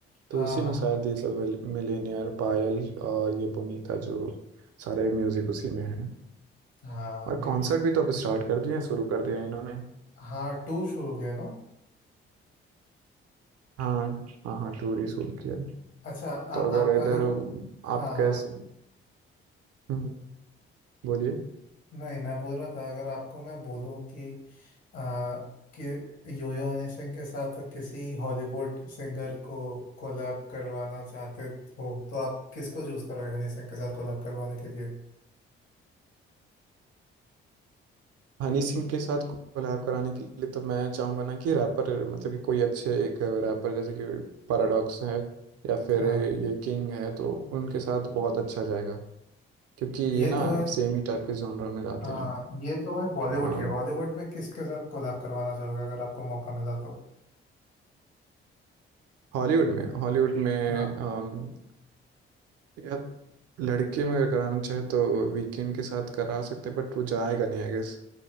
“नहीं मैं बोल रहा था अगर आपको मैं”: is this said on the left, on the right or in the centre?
Left